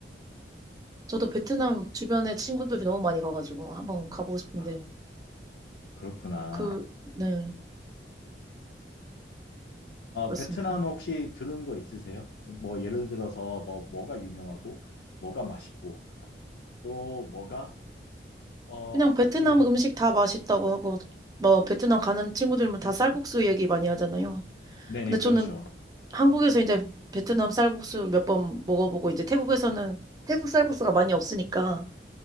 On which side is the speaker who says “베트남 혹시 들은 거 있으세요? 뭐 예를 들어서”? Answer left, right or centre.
Left